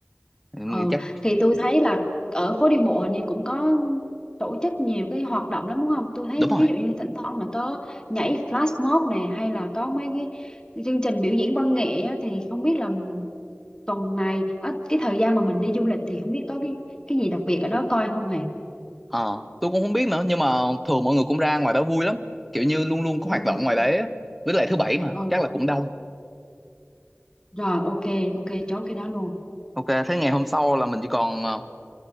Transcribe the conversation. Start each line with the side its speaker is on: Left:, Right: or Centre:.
Centre: Mình
Left: Ừ.
Centre: nghĩ chắc
Left: Thì tôi thấy là ở phố đi bộ hình như cũng có tổ chức nhiều cái hoạt động lắm đúng không? Tôi thấy
Centre: đúng rồi.
Left: ví dụ như thỉnh thoảng là có nhảy flash mob này hay là có mấy cái chương trình biểu diễn văn nghệ á, thì không biết là tuần này á, cái thời gian mà mình đi du lịch thì không biết có cái cái gì đặc biệt ở đó coi không hề?
Centre: Ờ, tôi cũng không biết nữa nhưng mà thường mọi người cũng ra ngoài đó vui lắm kiểu như luôn luôn có hoạt
Left: Ừ.
Centre: động ngoài đấy á. với lại thứ bảy mà
Left: Ừ.
Centre: chắc là cũng đông
Left: Rồi ok ok chốt cái đó luôn.
Centre: ok thế ngày hôm sau là mình chỉ còn ờ,